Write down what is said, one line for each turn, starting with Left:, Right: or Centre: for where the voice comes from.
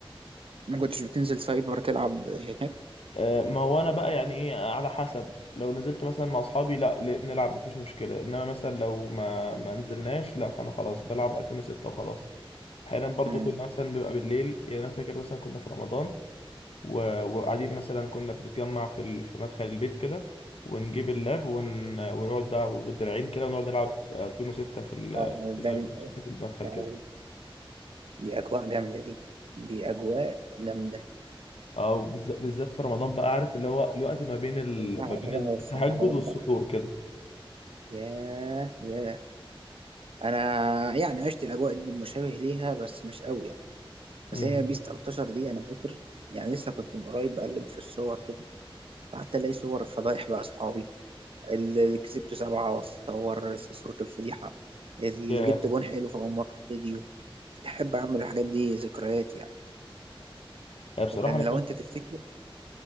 Right: ما كنتش بتنزل سايبر تلعب هناك
Left: آه، ما هو انا بقى يعني ايه على حسب لو نزلت مثلا مع اصحابي لا ل- نلعب مفيش مشكله انما مثلا لو ما ما نزلناش لا فانا خلاص بلعب 2006 وخلاص احيانا برضو
Right: امم
Left: كنا مثلا بنبقى بالليل يعني انا فاكر مثلا كنا في رمضان و... وقاعدين مثلا كنا بنتجمع في ال... في مدخل البيت كده ونجيب اللاب ون... ونقعد بقى بالدراعين كده ونقعد نلعب 2006 في ال...
Right: آه،
Left: في ال-
Right: ده-
Left: 2006 في المدخل
Right: آه،
Left: كده
Right: دي اجواء جامده دي دي اجواء جامده
Left: او بالذ- بالذات في رمضان بقى عارف اللي هو الوقت ما بين ال...
Right: القعده
Left: ما بين
Right: بقى
Left: التهجد
Right: والسهرات
Left: والسحور
Right: بقى
Left: كده
Right: ياه ياه انا يعني عشت الاجواء دي مشابه ليها بس مش قوي يعني
Left: امم
Right: بس هي بيس 13 دي انا فاكر يعني لسه كنت من قريب بقلب في الصور كده فقعدت الاقي صور فضايح بقى اصحابي اللي كسبته سبعة وأصور صورة الفضيحة اللي
Left: ياه
Right: جبت جون حلو في أمارة فيديو كنت أحب أعمل الحاجات دي ذكريات يعني
Left: يعني بصراحه
Right: وكان
Left: انا كنت
Right: لو أنت تفتكر